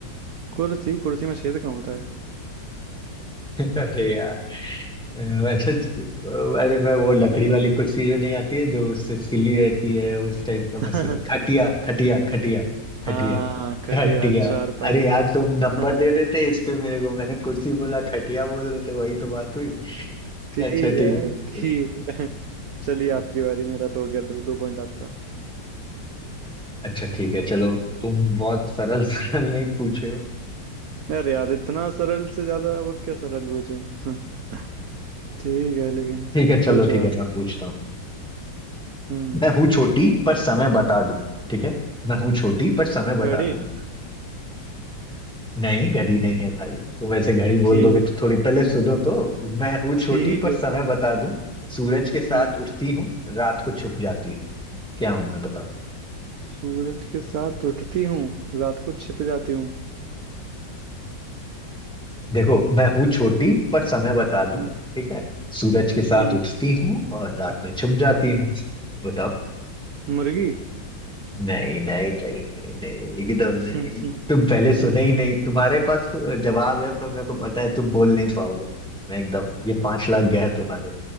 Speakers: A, on the right; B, in the centre.
A: कुर्सी कुर्सी में छेद कहाँ होता है
B: <laughs> अरे यार अ, अच्छा अ, अरे मैं वो लकड़ी वाली कुर्सी जो नहीं आती है जो उससे सिली रहती है उस टाइप का मैं
A: <laughs>
B: सोच खटिया खटिया खटिया खटिया
A: हाँ खटिया
B: खटिया
A: चारपाई
B: अरे यार तुम नंबर
A: <laughs>
B: दे देते इस पे मेरे को मैंने कुर्सी बोला खटिया बोल देते वही तो बात हुई
A: ठीक
B: अच्छा ठीक
A: है ठीक
B: है
A: है चलिए आपकी बारी मेरा तो हो गया दो दो पॉइंट आपका
B: अच्छा ठीक है चलो तुम बहुत सरल <laughs> सरल नहीं पूछे हो
A: अरे यार इतना सरल से ज्यादा और क्या सरल पूछूं <laughs> ठीक है लेकिन
B: ठीक है चलो
A: पूछो
B: ठीक है
A: आप
B: मैं पूछता हूँ
A: हम्म
B: मैं हूँ छोटी पर समय बता दूं ठीक है मैं हूँ छोटी पर समय
A: घड़ी
B: बता दूं नहीं घड़ी नहीं है भाई तुम ऐसे घड़ी बोल
A: ठीक
B: दोगे
A: है
B: तो थोड़ी पहले सुनो तो मैं हूँ
A: ठीक
B: छोटी पर
A: है
B: समय बता दूं सूरज के साथ
A: हम्म।
B: उठती हूँ रात को छुप जाती हूँ क्या हूं मैं बताओ
A: सूरज के साथ उठती हूँ रात को छिप जाती हूँ
B: देखो मैं हूँ छोटी पर समय बता दूं
A: हम्म
B: ठीक है सूरज के साथ
A: हम्म,
B: उठती हूँ और रात में छुप जाती हूँ बताओ
A: मुर्गी <laughs>
B: नहीं नहीं नहीं नहीं नहीं एकदम
A: हम्म,
B: नहीं
A: हम्म,
B: तुम पहले सुने
A: हम्म,
B: ही नहीं
A: हम्म।
B: तुम्हारे पास तो जवाब है पर मेरे को पता है तुम बोल नहीं पाओगे मैं एकदम ये पांच लाख गया तुम्हारे